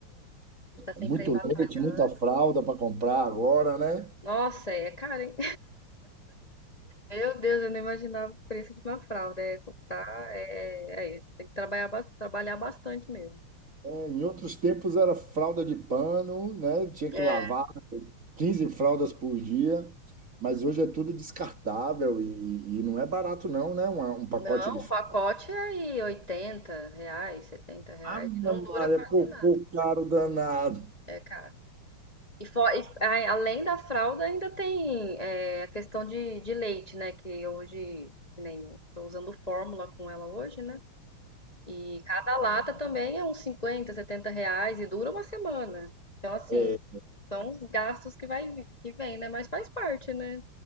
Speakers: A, on the left; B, on the right.
A: A gente tá sempre
B: muito
A: aí batalhando.
B: leite, muita fralda para comprar agora, né?
A: Nossa, é caro, hein? Meu Deus, eu não imaginava o preço de uma fralda. É, tá, é, é, tem que trabalhar, bas- trabalhar bastante mesmo.
B: É, Em outros tempos era fralda de pano, né? Tinha que
A: É,
B: lavar Quinze fraldas por dia, mas hoje é tudo descartável e, e não é barato não, né? Uma- Um, pacote
A: não,
B: de fralda.
A: o pacote é aí 80 reais, 70 reais,
B: Ave
A: não dura
B: Maria,
A: quase
B: cocô
A: nada,
B: caro danado.
A: é caro. E, fo- e a- além da fralda, ainda tem é, a questão de, de leite, né? Que hoje, que nem tô usando fórmula com ela hoje, né? E cada lata também é uns 50, 70 reais e dura uma semana. Então, assim,
B: É,
A: são os gastos que vai, que vem, né? Mas faz parte, né?